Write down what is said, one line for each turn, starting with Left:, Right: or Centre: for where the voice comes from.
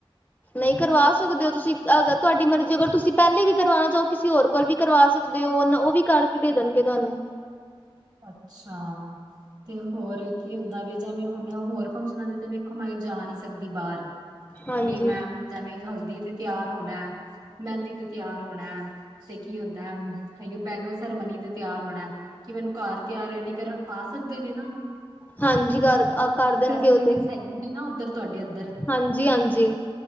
Left: ਨਹੀਂ ਕਰਵਾ ਸਕਦੇ ਹੋ ਤੁਸੀਂ ਅਗਰ ਤੁਹਾਡੀ ਮਰਜ਼ੀ ਅਗਰ ਤੁਸੀਂ ਪਹਿਲੇ ਵੀ ਕਰਵਾਉਣਾ ਚਾਹੋ ਕਿਸੀ ਹੋਰ ਕੋਲ ਵੀ ਕਰਵਾ ਸਕਦੇ ਹੋ, ਉਹਨਾਂ ਉਹ ਵੀ ਕਰਕੇ ਦੇ ਦੇਣਗੇ ਤੁਹਾਨੂੰ।
Right: ਅੱਛਾ। ਤੇ ਹੋਰ ਕੀ ਹੁੰਦਾ ਵੇ, ਜਿਵੇਂ ਹੁਣ ਹੋਰ ਫੰਕਸ਼ਨਾਂ ਦੇ ਤੇ ਵੇਖੋ ਮੈਂ ਜਾ ਨਹੀਂ ਸਕਦੀ ਬਾਹਰ।
Left: ਹਾਂਜੀ
Right: ਬਈ ਮੈਮ ਜੈਵੇਂ ਹਲਦੀ ਤੇ ਤਿਆਰ ਹੋਨੈ, ਮਹਿੰਦੀ ਤੇ ਤਿਆਰ ਹੋਨਾ। ਤੇ ਕੀ ਹੁੰਦੈ ਬੈਂਗਲ ਸੈਰੇਮਨੀ ਤੇ ਤਿਆਰ ਹੋਨਾ, ਕਿ ਮੈਨੂੰ ਘਰ ਤਿਆਰ ਰੈਡੀ ਕਰਨ ਆ ਸਕਦੇ ਨੇ ਨਾ ਉਹ?
Left: ਹਾਂਜੀ ਕਰ ਕਰ
Right: ਹਫੈਸੀਲੀਟੀਜ
Left: ਦੇਣਗੇ ਉਹ ਤੇ
Right: ਹੈਗੀਆ ਨੇ ਨਾ ਓਦਰ ਤੁਹਾਡੇ ਓਦਰ?
Left: ਹਾਂਜੀ ਹਾਂਜੀ